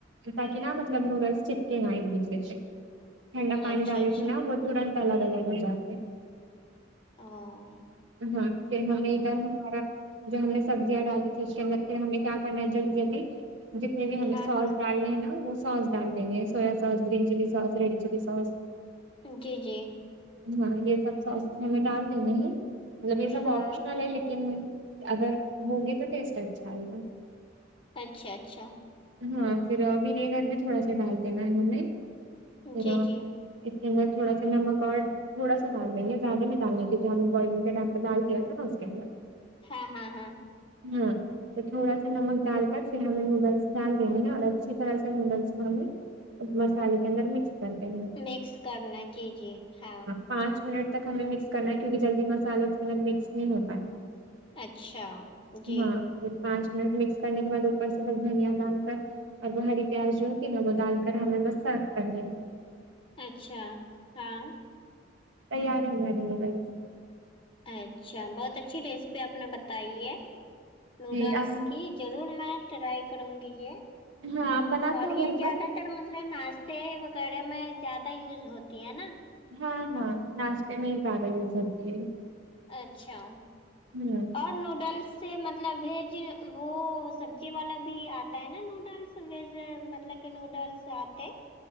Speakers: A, on the right; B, on the left.
A: تاکہ ناں مطلب نوڈلس چپک نہ ایک دوسرے سے ٹھنڈا پانی
B: اچھا
A: ڈالے
B: اچھا
A: سے ناں وہ ترنت الگ الگ ہو جاتے
B: ہاں
A: ہاں پھر ہمیں ادھر ہمارا جو ہم نے سبزیاں ڈالی تھی اس کے اندر پھر ہمیں کیا کرنا ہے جلدی جلدی جت یہ بھی ہمیں
B: ہاں
A: سوس
B: ہاں
A: ڈالنے ہیں ناں وہ سوس ڈال دیں گے soya sauce green chilli sauce red chilli sauce
B: جی جی
A: ہاں یہ سب سوسیز ہمیں ڈال دینے ہیں مطلب یہ سب
B: ہاں
A: آپشنل ہے لیکن اگر ہوگے تو ٹیسٹ اچھا آئے گا
B: اچھا اچھا
A: ہاں پھر ونیگر بھی تھوڑا سا ڈال دینا ہے ہمیں پھر
B: جی جی
A: اس کے اندر تھوڑا سا نمک اور تھوڑا سا ڈال دیں گے زیادہ نہیں ڈالنا کیونکہ ہم بوائلنگ کے ٹائم پہ ڈال دیا تھا ناں اس کے اندر
B: ہاں ہاں ہاں
A: ہوں تو تھوڑا سا نمک ڈال کر پھر ہمیں نوڈلس ڈال دینے ہیں اور اچھی طرح سے نوڈلس کو ہمیں مسالے کے اندر مکس کرتے ہیں
B: مکس کرنا ہے جی جی ہاں
A: پانچ منٹ تک ہمیں مکس کرنا ہے کیونکہ جلدی مسالہ اس کے اند مکس نہیں ہوتا ہے
B: اچھا جی
A: ہاں پھر پانچ منٹ مکس کرنے کے بعد اوپر سے تک دھنیا ڈال کر اور وہ ہری پیاز جو ہوتی نا وہ ڈال کر ہمیں بس سرو کر لینے
B: اچھا ہاں
A: تیار ہے ہمارے نوڈلس
B: اچھا بہت اچھی ریسیپی آپ نے بتائی ہے نوڈلس
A: جی آپ
B: کی ضرور میں ٹرائی کروں گی یہ
A: ہاں آپ بناتے
B: اور
A: ہو
B: یہ
A: گھر
B: زیادہ
A: پر
B: تر مطلب ناشتے وغیرہ میں زیادہ یوز ہوتی ہے نا
A: ہاں ہاں ناشتے میں ہی زیادہ یوز ہوتی ہے
B: اچھا
A: ہ
B: اور نوڈلس سے مطلب ویج وہ سبزی والا بھی آتا ہے نا نوڈلس ویج مطلب نوڈلس آتے